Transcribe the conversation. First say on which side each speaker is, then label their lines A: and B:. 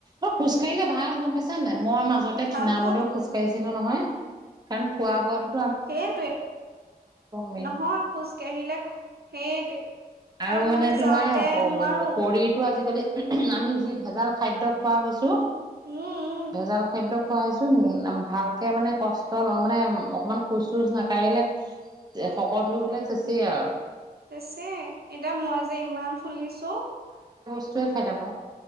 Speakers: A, on the right (about 25°); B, on the right (about 75°).
A: অ খোজ কাঢ়িলে ভাল গম পাইছান নে মই মাজতে
B: ভালতো
A: খীণাবলৈও খোজ কাঢ়িছিলো নহয় কাৰণ খোৱা বোৱা তোট
B: সেইটোৱে
A: মেইন
B: নহয় খোজ কাঢ়িলে সেইটোৱে
A: আৰু মানে
B: মই
A: তোমাৰ
B: যাওঁতে
A: <unintelligible>
B: নোৱাৰো
A: শৰীৰটো আজি আজিকালি আমি যি ভেজাল খাদ্য খোৱা হৈছোঁ
B: উম উম
A: ভেজাল খাদ্য খোৱা হৈছে ভালকে মানে কষ্ট ল মানে অকমান খোজ চোজ নাকঢ়িলে শকত হৈ গলে চেঁচেই আৰু
B: ছে এতিয়া মই যে ইমান ফুলিছো
A: বস্তুৱেই খাই তাব